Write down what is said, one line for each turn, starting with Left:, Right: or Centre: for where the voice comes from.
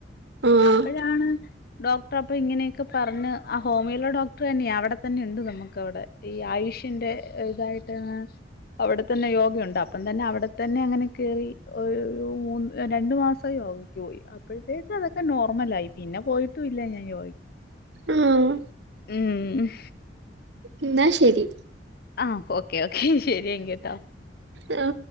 Right: ആഹ്
Left: അപ്പോഴാണ് ഡോക്ടർ അപ്പോ ഇങ്ങനെ ക്കെ പറഞ്ഞ ആ ഹോമിയോല ഡോക്ടർ തന്നെയ അവിടെ തന്നെ ഉണ്ട് നമുക്ക് അവിടെ ഈ ആയുഷ്യന്റെ ഇതായിട്ട് ട്ട അവിടെ തന്നെ യോഗണ്ട്, അപ്പം തന്നെ അവിടെത്തന്നെ അങ്ങനെ കെറി ഒരു മൂന്ന് രണ്ടു മാസം. ഇപ്പ യോഗയ്ക്ക് പോയി അപ്പഴത്തേക്ക് അതൊക്കെ നോർമലായി പിന്നെ പോയിട്ടും ഇല്ല ഞാൻ യോഗ
Right: ആഹ്
Left: ഉം
Right: ഇന്നാ ശരി
Left: ആ ഓക്കേ ഓക്കേ ശരിയങ്കി ട്ടോ
Right: അ ആ